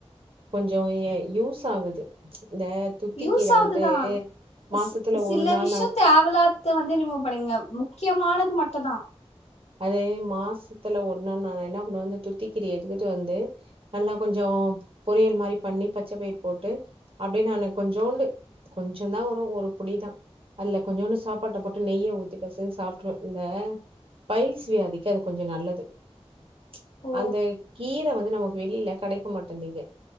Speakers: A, on the right; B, on the left.
A: கொஞ்சோ ஏ யூஸ் ஆகுது ம்ச் இந்த துத்திக்கீர
B: யூஸ் ஆகுதுதா
A: வந்து மாசத்துல
B: சிஸ் சில
A: ஒரு நாள்
B: விஷயத்த
A: நா
B: ஆவ் எல்லதை வந்து ரிமூவ் பண்ணிருங்க முக்கியமானது மட்டு தா
A: அதே மாசத்துல ஒரு நாள் நா என்ன பண்ணுவே வந்து துத்தி கீரைய எத்துக்கட்டு வந்து நல்லா கொஞ்சோ பொரியல் மாரி பண்ணி பச்ச பயிர் போட்டு அப்டியோ நானு கொஞ்சோண்டு கொஞ்சோ தா வரு ஒரு புடிதா அல்ல கொஞ்சோண்ணு சாப்பாட்ட போட்டு நெய்ய ஊத்தி பெசஞ்சி சாப்ட்ருவே இந்த பையில்ஸ் வியாதிக்கு அது கொஞ்சோ நல்லது ம்ச்
B: ஓ
A: அந்த கீர வந்து நமக் வெளியில கெடைக்க மாட்டேந்தீங்க